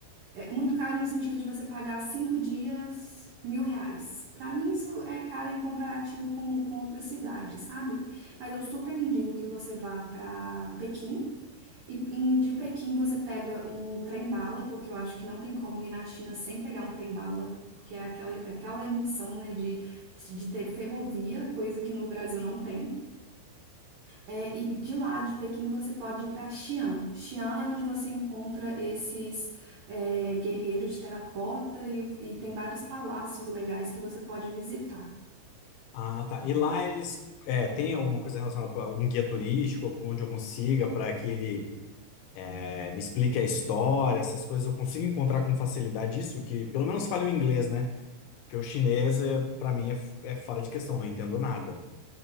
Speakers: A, on the right; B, on the left.
A: É muito caro no sentido de você pagar cinco dias mil reais. Para mim, isso é caro em comparativo com, com outras cidades, sabe? Mas eu super indico que você vá para Pequim. E em- de Pequim você pega um trem-bala, porque eu acho que não tem como ir na China sem pegar um trem-bala, porque é aquela, aquela emoção, né, de, de ter ferrovia, coisa que no Brasil não tem. É, e de lá de Pequim você pode ir para Xi'an. Xi'an é onde você encontra esses é, guerreiros de terracota e, e tem vários palácios legais que você pode visitar.
B: Ah, tá. E lá eles. É, tem alguma coisa relacionada a um guia turístico, onde eu consiga, para que ele é, me explique a história, essas coisas, eu consigo encontrar com facilidade isso, que pelo menos fale o inglês, né? Porque o chinês, é, para mim, é, é fora de questão, não entendo nada.